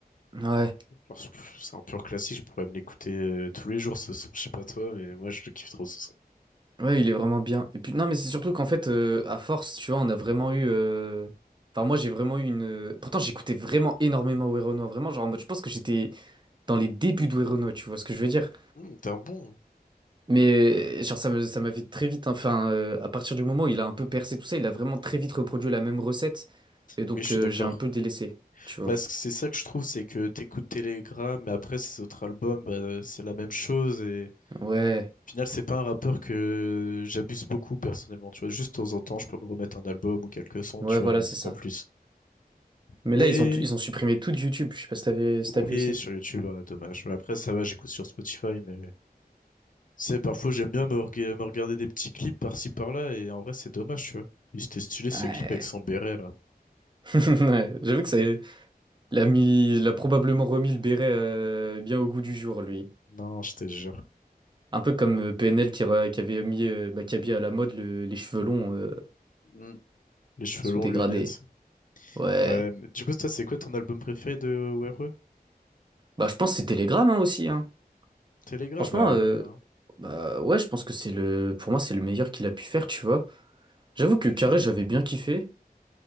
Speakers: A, on the right; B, on the left.
A: Ouais,
B: Alors, c'est c'est un pur classique, je pourrais me l'écouter euh, tous les jours ce son, je sais pas toi, mais moi je le kiffe trop ce son.
A: ouais, il est vraiment bien. Et puis non, mais c'est surtout qu'en fait, euh, à force, tu vois, on a vraiment eu. euh, Enfin, moi, j'ai vraiment eu une. euh, Pourtant, j'écoutais vraiment énormément Werenoi, vraiment, genre en mode, je pense que j'étais dans les débuts de Werenoi, tu vois ce que je veux dire.
B: Hum, t'es un bon.
A: Mais euh, genre, ça me, ça m'a fait très vite. hein. Enfin, euh, à partir du moment où il a un peu percé tout ça, il a vraiment très vite reproduit la même recette. Et donc,
B: Oui, je suis
A: euh,
B: d'accord.
A: j'ai un peu délaissé, tu vois.
B: Bah, c- c'est ça que je trouve, c'est que t'écoutes Telegram, mais après ces autres albums, bah, c'est la même chose et
A: Ouais,
B: Au final, c'est pas un rappeur que j'abuse beaucoup personnellement, tu vois. Juste de temps en temps, je peux me remettre un album ou quelques sons,
A: ouais,
B: tu
A: voilà,
B: vois, mais
A: c'est
B: c'est
A: ça.
B: pas plus. Mais
A: Mais là, ils ont, tout- ils ont supprimé tout de YouTube. Je sais pas si t'avais, si
B: oui,
A: t'as vu aussi.
B: sur YouTube, ah, dommage. Mais Après, ça va, j'écoute sur Spotify, mais c'est parfois j'aime bien me, reg- me regarder des petits clips par-ci par-là, et en vrai, c'est dommage, tu vois. Il était stylé ces
A: Ouais.
B: clips avec son béret là.
A: <laughs> Ouais, j'avoue
B: <laughs>
A: que ça. Il a mis, il a probablement remis le béret euh, bien au goût du jour, lui.
B: Non, je te jure.
A: Un peu comme euh, PNL qui, re- qui avait mis euh, Maccabi à la mode le- les cheveux longs euh,
B: Mm. Les cheveux
A: sous
B: longs,
A: dégradés.
B: lunettes.
A: Ouais.
B: Ouais, mais du coup, toi, c'est quoi ton album préféré de WRE?
A: Bah, je pense que c'est Telegram hein, aussi. Hein.
B: Telegram?
A: Franchement,
B: Bah
A: euh,
B: ouais, hein.
A: bah ouais, je pense que c'est le, pour moi, c'est le meilleur qu'il a pu faire, tu vois. J'avoue que
B: Je suis
A: Carré,
B: d'accord.
A: j'avais bien kiffé.